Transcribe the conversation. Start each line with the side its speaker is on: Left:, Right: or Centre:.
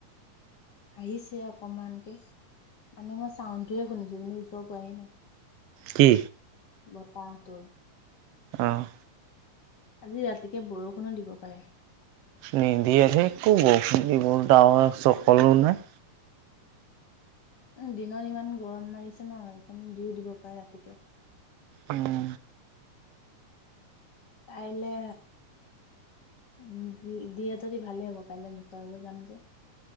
Left: আহিছে অকমানকে, মানে মই চাউনটোয়ে শুনিছোঁ, কিন্তু ওচৰ পোৱায়ে নাই।
Right: কি?
Left: বতাহটো।
Right: অ'।
Left: আজি ৰাতিকে বৰষুণো দিব পাৰে।
Right: নিদিয়ে ধেই কৰ বৰষুণ দিব, ডাৱৰ এচকলো নাই।
Left: দিনত ইমান গৰম মাৰিছে ন' সেইকাৰণে দিওঁ দিব পাৰে ৰাতিকে।
Right: উম
Left: কাইলে উম, দি-দিয়ে যদি ভালেই হ'ব, কাইলৈ বোকা ৰুব যাম যে